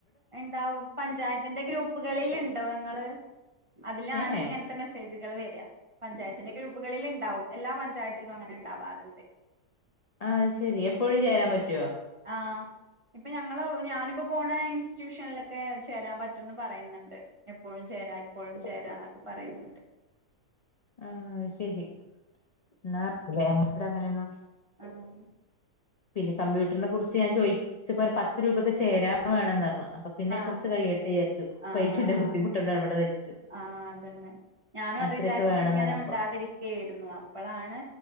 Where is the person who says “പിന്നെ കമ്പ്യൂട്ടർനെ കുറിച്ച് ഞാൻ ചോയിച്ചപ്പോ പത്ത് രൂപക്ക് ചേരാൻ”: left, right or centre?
Left